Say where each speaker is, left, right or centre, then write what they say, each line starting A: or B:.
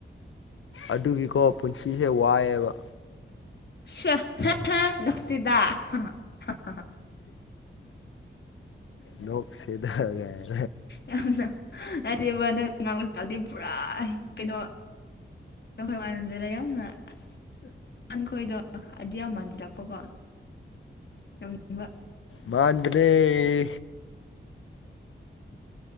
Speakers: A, on the left (about 85°); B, on the left (about 60°).
A: ꯑꯗꯨꯒꯤꯀꯣ ꯄꯨꯟꯁꯤꯁꯦ ꯋꯥꯏꯑꯦꯕ
B: ꯁꯦ ꯍꯦꯍꯦ ꯅꯨꯡꯁꯤꯗꯥ <unintelligible>
A: ꯂꯣꯛꯁꯤꯗ ꯒꯥꯏ
B: ꯌꯥꯝꯅ ꯍꯥꯏꯗꯤꯕ ꯅꯪ ꯉꯥꯡꯕꯁꯨ ꯇꯥꯗꯤ ꯄꯨꯔꯥ ꯍꯤ ꯀꯩꯅꯣ <unintelligible> ꯑꯈꯣꯏꯗꯣ ꯑꯗꯨ ꯌꯥꯝ ꯃꯥꯟꯖꯤꯜꯂꯛꯄꯀꯣ ꯇꯧꯅꯤꯡꯕ
A: ꯃꯥꯥꯟꯕꯅꯦ